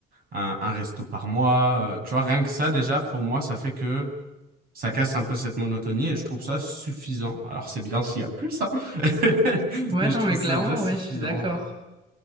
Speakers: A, on the right; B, on the right.
A: un, un resto par mois, euh, tu vois, rien que ça, déjà, pour moi, ça fait que ça casse un peu cette monotonie et je trouve ça suffisant. Alors, c'est bien s'il y a plus, hein, <laughs>
B: Ouais,
A: mais je
B: non,
A: trouve
B: mais
A: ça
B: clairement,
A: déjà suffisant,
B: ouais, je suis d'accord.
A: en vrai.